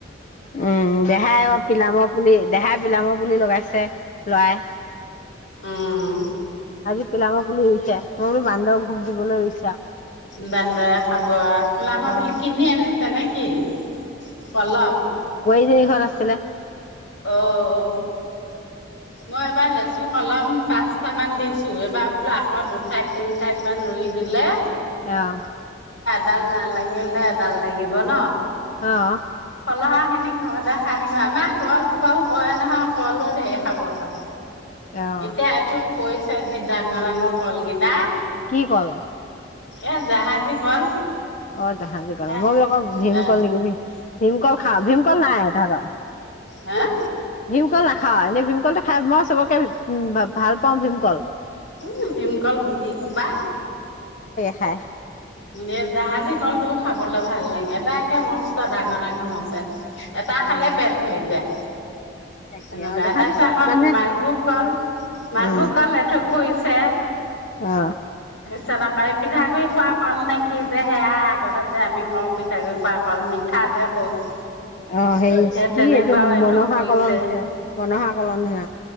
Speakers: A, on the left; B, on the left.
A: উম দেহাই অ পিলামৰ পুলি দেহাত বিলামৰ পুলি লগাইছে লআই।
B: উমম
A: আজি পিলামৰ পুলি ৰুইছে সৰু বান্ধক ভোক দিবলৈ ৰুইছে। আৰু।
B: বান্দৰে খাব আ পলামৰ
A: অ'।
B: পুলি কিনি আনিছে নেকি পলম
A: তিনি ঘৰ আছিলে।
B: অ অ মই এবাৰ লেচু কলম পাঁচটা মান দিছো এইবাৰ বোলো আকৌ দুঠাইত তিনি ঠাইত মান ৰুই দিলে
A: আহ
B: ডাল নালাগিলে ডাল লাগিব ন।
A: আহ
B: লহাখিনি ঘৰতে খাই থাকিব আমাহ কল সোপাও কৰে নহয় কলো ঢেৰ খাব পা। এতিয়া
A: অ'।
B: এথোক পৰিছে। ডাঙৰ-ডাঙৰ কলগেইটা
A: কি কল?
B: এ জাহাজী কল।
A: অ জাহাজী কল
B: হে
A: মই বুলো অক ভীম
B: অ,
A: কল নেকি বুলি ভীমকল খা ভীমকল নাই তহঁত
B: হেএ
A: ভিম কল লা খা এনে ভীমকলটো খাই মস চবকে - ভী- উম বাব ভাল পাওঁ ভীমকল
B: উম ভীমকল গুটি খোবা
A: হয়
B: এই জাহাজী কলটোও খাবলৈ ভাল লাগে এবাকে মস্ত ডাঙৰ ডাঙৰ হৈছে। এটা
A: উম।
B: খালে পেট ভৰি যায়।
A: তাকে
B: এনেকুৱা
A: অ জাহাজী
B: তাৰপিছত
A: কল
B: ক
A: মানে
B: মালভোগ কল মালভোগ
A: উম
B: কল এথ পৰিছে। তে
A: অ
B: <unintelligible> পিঠাগুৰি খুৱাক কল নে কি যে সেয়া আগতে যে আমি কওঁ পিঠাগুডৰি খোৱা কল মিঠা যে খুব।
A: অ সেই কি
B: তেনেকুৱাও
A: এইটো
B: এথোক
A: মনসা
B: পৰিছে
A: কলন সে মনসা কলন নিচিনা